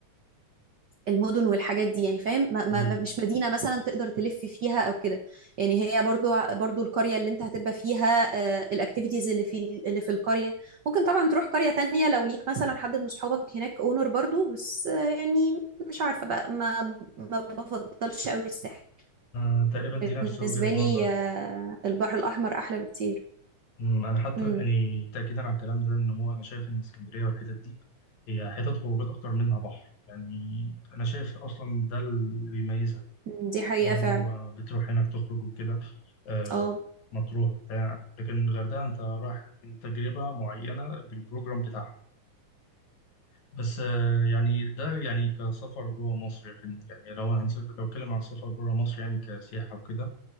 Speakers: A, on the right; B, on the left.
A: المدن والحاجات دي يعني فاهم ما ما
B: مم.
A: ما- مش مدينة مثلا تقدر تلف فيها او كده يعني هي برضو برضو القرية اللي انت هتبقى فيها الاكتيفيتيز اللي في اللي في القرية ممكن طبعا تروح قرية تانية لو ليك مثلا حد من صحابك هناك اونر برضو بس آه، يعني مش عارفة بقى ما ما بفضلش قوي الساحل
B: آه، تقريبا دي نفس
A: بالنسبة
B: وجهة
A: لي
B: نظري
A: آه،
B: يعني
A: البحر الأحمر أحلى بكتير
B: أمم، انا حتى
A: امم
B: يعني تاكيدا على الكلام ده ان هو انا شايف ان اسكندريه والحتت دي هي حتت خروجات اكتر منها بحر يعني انا شايف اصلا ده اللي بيميزها
A: دي حقيقة
B: ان هو
A: فعلا
B: بتروح هناك تخرج وكده آه،
A: اه
B: مطروح بتاع لكن الغردقه انت رايح تجربه معينه بالبروجرام بتاعها بس آه، يعني ده يعني كسفر جوه مصر لكن يعني لو هنسافر لو اتكلم عن السفر بره مصر يعني كسياحه وكده